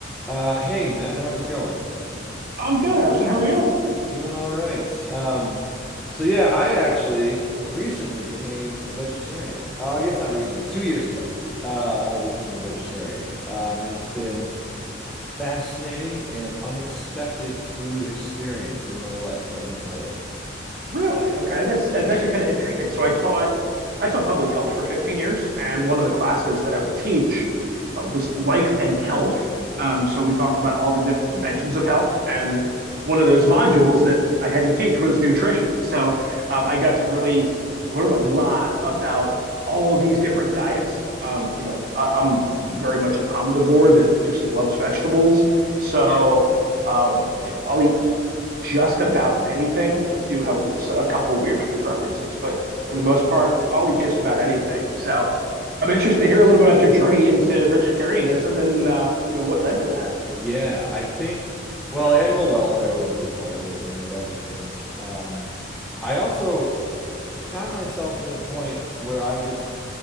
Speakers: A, in the centre; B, on the right (about 50°).
A: Uh, hey Matt, how's it going?
B: I'm good, Harrison. How are you?
A: Doing all right. Um, so yeah, I actually recently became a vegetarian. Uh, I guess not recently, two years ago. Uh, I became a vegetarian, um, and it's been a fascinating and unexpected food experience in my life. Let me tell you.
B: Really? Okay, that's that's
A: Yeah.
B: actually kind of interesting. So I taught I taught public health for 15 years, and one of the classes that I would teach uh, was life and health. Um, so we talked about all the different dimensions of health, and one of those modules that I had to teach was nutrition. So um, I got to really learn a lot about all these different diets. Um, you know, I, I'm very much an omnivore that just loves vegetables. So,
A: Yeah.
B: um, you know, I'll eat just about anything. I do have a couple weird food preferences, but for the most part, I'll eat just about anything. So I'm interested to hear a little bit about your journey into vegetarianism and uh, you know what led to that.
A: Yeah, I think, well, animal welfare was a big part of it. You know, I love animals. Um, I also found myself in a point where I just,